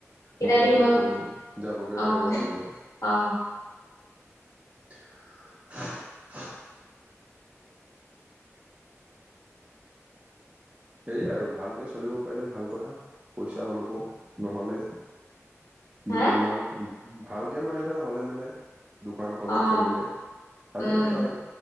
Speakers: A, on the left; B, on the right.
A: কেইটা
B: মন
A: দি
B: গলে
A: মই
B: তুমি যাবগে
A: অ
B: পাৰিবা তেতিয়া।
A: অ
B: <inaudible> সেয়াই আৰু ভালকে চলিব পাৰিলে ভাল কথা, পইচা হলপ নহলে,
A: হা
B: দুদিনমান ভালকে মানে হ'লে মানে দোকানখনো
A: অ
B: চলিলে। ভালেই
A: উম
B: কথা আৰু